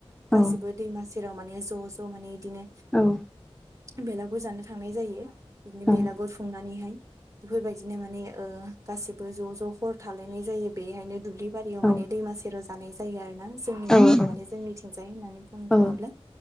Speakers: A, in the centre; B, on the right (about 30°).
A: औ
B: गासिबो दैमा सेराव माने नो ज' ज' माने इदिनो
A: औ
B: बेलागुर जानो थांनाय जायो बिदिनो
A: उम
B: बेलागुर खुंनानैहाय बेफोरबायदिनो माने ओ गासिबो ज' ज' हर थालायनाय जायो बेहायनो दुब्लि बारियाव
A: औ
B: माने दैमा सेराव जानाय जायो आरो नों जोंनि
A: औ
B: गावमियाव माने जोंनिथिंजाय होननानै बुंनो
A: औ
B: थांङोब्ला
A: उम औ